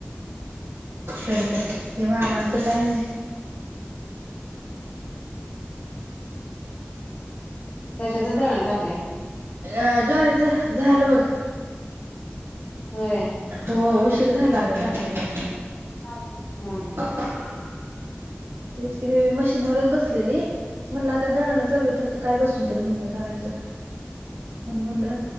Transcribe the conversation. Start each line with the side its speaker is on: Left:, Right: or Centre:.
Right: तर काय ती मामांच काय
Left: कशाच दळण टाकलय
Right: अ ज्वारीच झालं बघ
Left: होय
Right: हो उशीर झाला अगं टाकले
Left: हा हा
Right: <inaudible> तेच की मी बी मशीनवरच बसलेली म्हणलं आता दळणं चाललं तर आता काय बसून तरी म्हणलं करायचं
Left: <inaudible>
Right: म्हणू म्हटलं